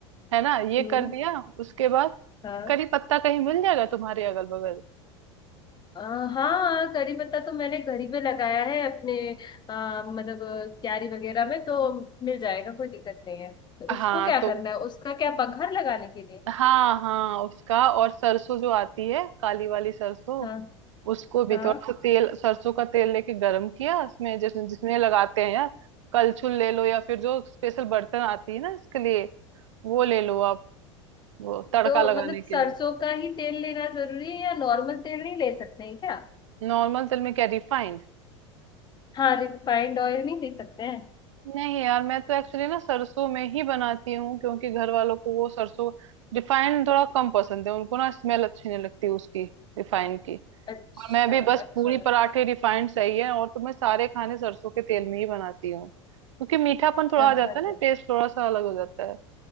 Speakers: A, on the right (about 75°); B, on the left (about 30°).
A: है ना ये
B: हम्म
A: कर दिया उसके बाद
B: हाँ
A: करी पत्ता कहीं मिल जाएगा तुम्हारे अगल बगल
B: अ, हाँ करी पत्ता तो मैंने घर ही पे लगाया है अपने अ, मतलब अ, क्यारी वगैरह में तो मिल जाएगा कोई दिक्कत नहीं है तो
A: हाँ
B: उसको क्या
A: तो
B: करना है उसका क्या पखर लगाने के लिए
A: हाँ हाँ उसका और सरसों जो आती है काली वाली सरसों
B: हाँ
A: उसको भी
B: हाँ
A: थोड़ा सा तेल सरसों का तेल लेके गरम किया उसमें जिस, जिसमें लगाते हैं यार कलछुल ले लो या फिर जो स्पेशल बर्तन आती है ना इसके लिए वो ले लो आप वो तड़का
B: तो
A: लगाने
B: मतलब
A: के
B: सरसों
A: लिए
B: का ही तेल लेना जरूरी है या नॉर्मल तेल नहीं ले सकते हैं क्या
A: नॉर्मल तेल में क्या रिफाइंड
B: हाँ रिफाइंड ऑयल नहीं ले सकते हैं
A: नहीं यार मैं तो एक्चुअली ना सरसों में ही बनाती हूँ क्योंकि घर वालों को वो सरसों रिफाइंड थोड़ा कम पसंद है उनको ना स्मेल अच्छी नहीं लगती उसकी रिफाइंड की
B: अच्छा
A: और मैं भी बस
B: अच्छा
A: पूरी पराठे रिफाइंड सही है और तो मैं सारे खाने सरसों के तेल में ही बनाती हूँ क्योंकि मीठापन थोड़ा
B: अच्छा
A: आ जाता
B: अच्छा
A: है ना टेस्ट थोड़ा सा अलग हो जाता है